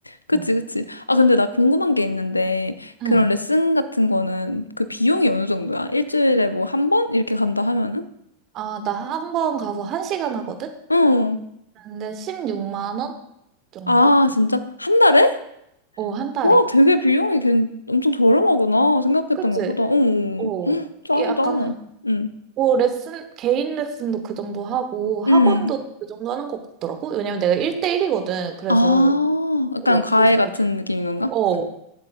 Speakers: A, on the left; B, on the right.
A: 그치,
B: 응.
A: 그치. 아, 근데 나 궁금한 게 있는데,
B: 응.
A: 그런 레슨 같은 거는 그 비용이 어느 정도야? 일주일에 뭐 한 번? 이렇게 간다 하면은?
B: 아, 나 한 번 가서 한 시간 하거든?
A: 응.
B: 근데 16만 원 정도?
A: 아, 진짜? 한 달에?
B: 오, 한 달에.
A: 와, 되게 비용이 괜 엄청 저렴하구나. 생각했던
B: 그치?
A: 것보다. 어,
B: 오,
A: 헉, 짱이다.
B: 약간,
A: 응,
B: 오, 레슨, 개인 레슨도 그 정도 하고, 학원도
A: 응.
B: 그 정도 하는 것 같더라고. 왜냐면 내가 1대1이거든. 그래서,
A: 아, 약간
B: 오,
A: 과외
B: 그래서
A: 같은
B: 대충.
A: 느낌인 건가?
B: 어,